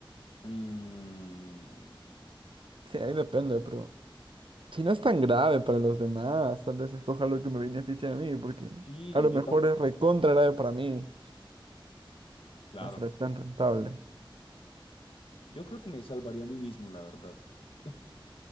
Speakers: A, on the left; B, on the right.
A: Mm,
B: Sí, ahí depende, pero si no es tan grave para los demás, tal vez escoja lo que me beneficie a mí, porque
A: sí,
B: a lo
A: yo
B: mejor
A: también,
B: es recontra grave para mí.
A: claro.
B: No será tan rentable.
A: Yo creo que me salvaría a mí mismo, la verdad. <laughs>